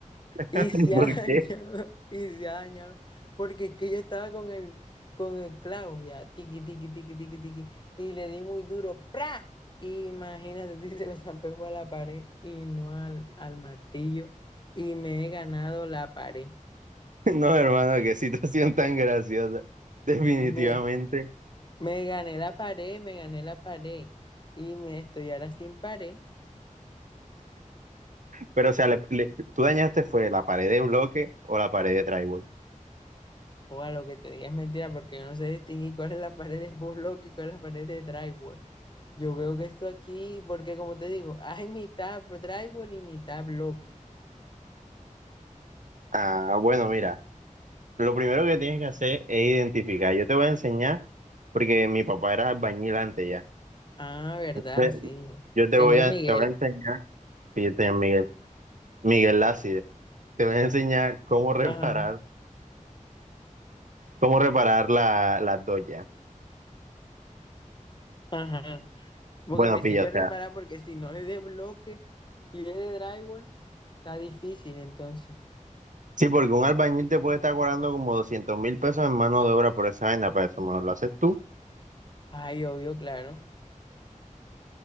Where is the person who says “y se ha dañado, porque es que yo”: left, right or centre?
Left